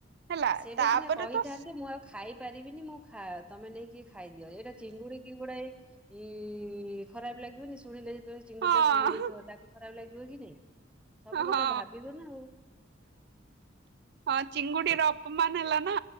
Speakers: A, on the right; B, in the centre.
A: ହେଲା
B: ସେଇଟା
A: ତାପରେ
B: ସିନା କହିଥାନ୍ତେ
A: ତ
B: ମୁଁ ଆଉ ଖାଇପାରିବିନି ମୁଁ ଖା ତମେ ନେଇକି ଖାଇଦିଅ ଏଇଟା ଚିଙ୍ଗୁଡିକି ଗୁଡାଏ ଏ ଖରାପ ଲାଗିବନି ଶୁଣିଲେ। ଯେତେବେଳେ ଚିଙ୍ଗୁଡି
A: ହଁ
B: ଟା ଶୁଣି ଦେଇଥିବ ତାକୁ ଖରାପ ଲାଗିବ କି ନାଇଁ। ସବୁ କଥା
A: ହଁ
B: ଭାବିବ ନା ଆଉ
A: ହଁ ଚିଙ୍ଗୁଡିର ଖୁମାନ ହେଲା। ନା